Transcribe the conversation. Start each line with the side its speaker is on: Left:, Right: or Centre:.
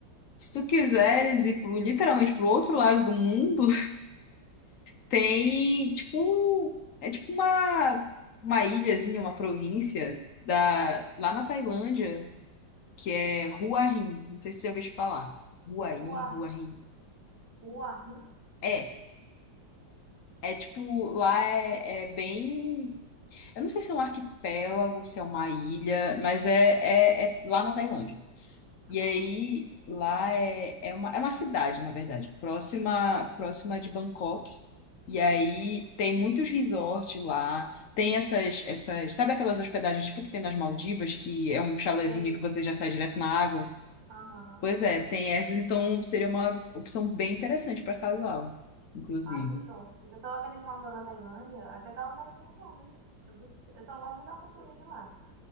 Left: se tu quiseres ir pro, literalmente pro outro lado do mundo, Tem, tipo, é tipo uma, uma ilhazinha, uma província da, lá na Tailândia, que é Hua Hin. Não sei se você já ouviu falar. Hua
Right: Rua,
Left: Hin, Hua Hin.
Right: rua, rim.
Left: É, é tipo, lá é, é bem. Eu não sei se é um arquipélago, se é uma ilha, mas é, é, é lá na Tailândia. E
Right: Ah,
Left: aí, lá é, é uma, é uma cidade, na verdade, próxima, próxima de Bangkok. E aí tem muitos resorts lá, tem essas, essas, sabe aquelas hospedagens tipo que tem nas Maldivas, que é um chalezinho
Right: sei.
Left: que você já sai direto na água?
Right: Aham.
Left: Pois é, tem essas, então seria uma opção bem interessante para casal, inclusive.
Right: Ah, que top. Eu tava vendo uma novela da Tailândia, até que ela não é feia, não, né? É bonita. Eu só não gosto muito da cultura de lá.